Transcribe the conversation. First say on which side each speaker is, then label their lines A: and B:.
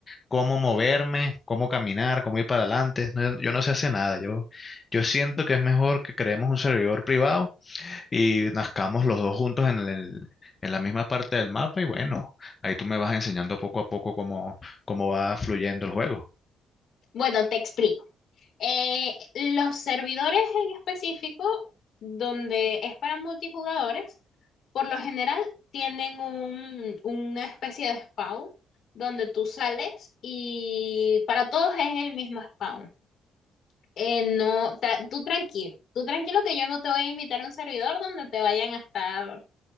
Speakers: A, on the left; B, on the left.
A: cómo moverme, cómo caminar, cómo ir para adelante, no- yo no sé hacer nada. Yo, yo siento que es mejor que creemos un servidor privado y nazcamos los dos juntos en el- en la misma parte del mapa. Y bueno, ahí tú me vas enseñando poco a poco cómo, cómo va fluyendo el juego.
B: Bueno, te explico. Eh, los servidores en específico, donde es para multijugadores, por lo general tienen un, una especie de spawn donde tú sales y para todos es el mismo spawn. Eh, no, tra- tú tranquilo, tú tranquilo que yo no te voy a invitar a un servidor donde te vayan a estar